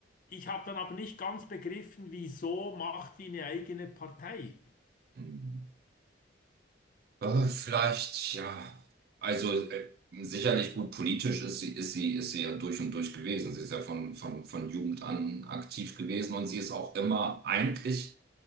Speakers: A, on the left (about 45°); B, on the right (about 50°).
A: Ich habe dann aber nicht ganz begriffen, wieso macht die eine eigene Partei.
B: hm. Äh, vielleicht, ja. Also äh, sicherlich gut politisch ist sie, ist sie, ist sie ja durch und durch gewesen. Sie ist ja von, von, von Jugend an aktiv gewesen und sie ist auch immer eigentlich